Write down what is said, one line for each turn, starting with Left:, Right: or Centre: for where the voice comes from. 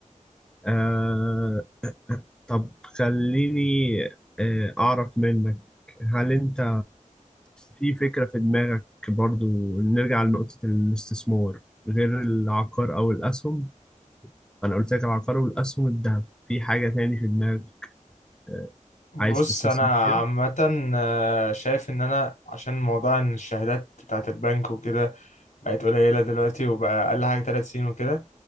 Centre: آه طب خليني آه اعرف منك هل انت في فكرة في دماغك برضو نرجع لنقطة الاستثمار غير العقار او الاسهم انا قلت لك العقار والاسهم الذهب في حاجة تاني في دماغك آه
Left: بص
Centre: عايز تستثمر
Left: انا
Centre: فيها؟
Left: عامه آه، شايف ان انا عشان موضوع ان الشهادات بتاعت البنك وكده بقت قليله دلوقتي وبقى اقل حاجه ثلاث سنين وكده